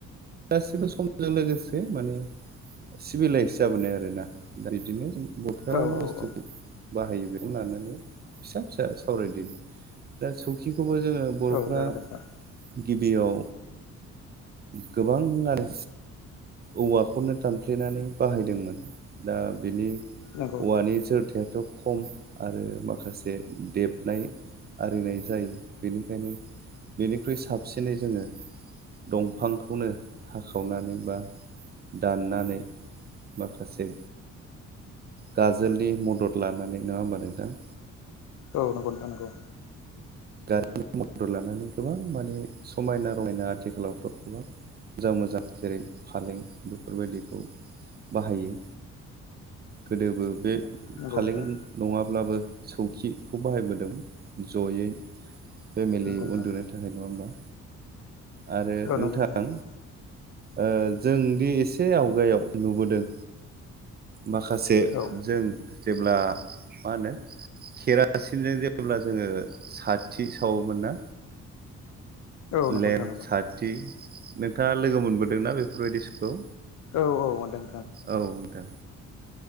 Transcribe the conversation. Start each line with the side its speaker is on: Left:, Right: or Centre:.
Right: गासिबो समजों लोगोसे माने सिभिलाइस जाबोनाय आरोना दा बिदिनो जों बर'फ्रा मा
Left: औ
Right: मा
Left: औ
Right: बुस्थुखौ
Left: औ
Right: बाहायो बेखौनो लानानै फिसा-फिसा सावरायदोनि दा सौखि खौबो जोङो बर'फ्रा
Left: औ जागोन दे नोंथां
Right: गिबियाव गोबांआनो औवाखौनो दानफ्लेनानै बाहायदोंमोन दा बेनि
Left: नंगौ
Right: औवानि जोरथायाथ' खम आरो माखासे देबनाय आरिनाय जायो। बेनिखायनो बेनिख्रुइ साबसिनै जोङो दंफां खौनो हाखावनानै बा दाननानै माखासे गाजोलनि मदद लानानै नङा होमबा नोंथां
Left: औ नंगौ नोंथां नंगौ।
Right: गारिनि मदर लानानै गोबां माने समायना रमायना आथिखालावथ' गोबां। मोजां मोजां जेरै फालें बेफोरबायदिखौ बाहायो। गोदोबो बे
Left: नंगौ
Right: फालें
Left: नोंथां
Right: नङाब्लाबो सौखिखौ बाहायबोदों जयै। फेमिलि
Left: नंगौ नोंथां
Right: उन्दुनो थाखाय नङा होमबा। आरो
Left: औ
Right: नोंथां
Left: नंगौ नंगौ
Right: ओ जोंदि एसे आवगायाव नुबोदों माखासे
Left: औ
Right: जों। जेब्ला मा होनो केेरासिनजों जेब्ला जोङो सा थि सावोमोन ना?
Left: औ नंगौ
Right: लेमप
Left: नोंथां नंगौ
Right: साथि नोंथाङा लोगो मोनबोदोंना बेफोरबायदि‌ समखौ।
Left: औ औ मोनदों।
Right: औ नोंथां।